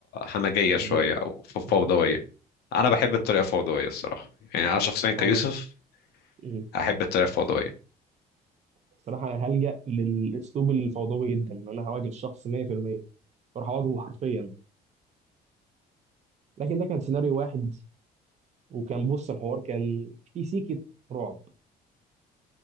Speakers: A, on the left (about 75°); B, on the right (about 40°).
A: همجية شوية
B: قدام
A: او ف- فوضوية
B: مم.
A: انا بحب الطريقة الفوضوية الصراحة يعني انا شخصيا كيوسف
B: اه مم.
A: احب الطريقة الفوضوية
B: الصراحه انا هلجأ للاسلوب الفوضوي جدا ان انا هواجه الشخص 100% اروح اواجهه حرفيا لكن ده كان سيناريو واحد وكان بص الحوار كان في سيكه رعب